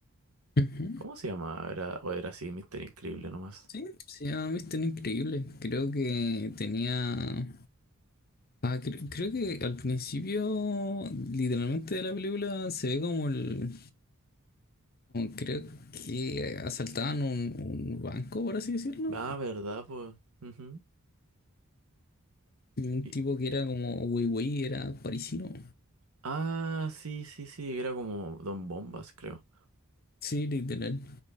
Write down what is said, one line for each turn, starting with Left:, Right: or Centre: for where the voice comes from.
Left: Ujú.
Right: ¿Cómo se llamaba? Era, o era así, Mr. Increíble nomás.
Left: Sí, sí, a mí es tan increíble. Creo que tenía. Ah, cre- creo que al principio, literalmente de la película, se ve como el, creo que asaltaban un, un banco, por así decirlo.
Right: Ah, ¿verdad? Pues. Ujú.
Left: Y un
Right: Y-
Left: tipo que era como wey wey era parisino.
Right: Ah, sí, sí, sí, era como Don Bombas, creo.
Left: Sí, literal.